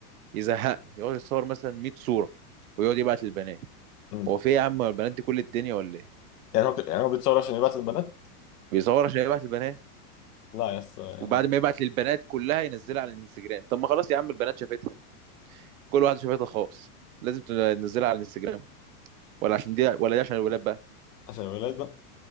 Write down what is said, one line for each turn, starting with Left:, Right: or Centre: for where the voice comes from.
Right: يزهقنا يقعد يتصور مثلا 100 صوره ويقعد يبعت للبنات
Left: مم.
Right: هو في ايه يا عم هو البنات دي كل الدنيا ولا ايه
Left: يعني هو يعني هو بيتصور عشان يبعت البنات
Right: بيصور عشان يبعت للبنات
Left: لا يا اسطى يعني
Right: وبعد ما يبعت للبنات كلها ينزلها على الانستجرام طب ما خلاص يا عم البنات شافتها كل واحد شبكتها الخاص لازم تنزلها على الانستجرام ولا عشان دي ولا دي عشان الولاد بقى
Left: عشان الولاد بقى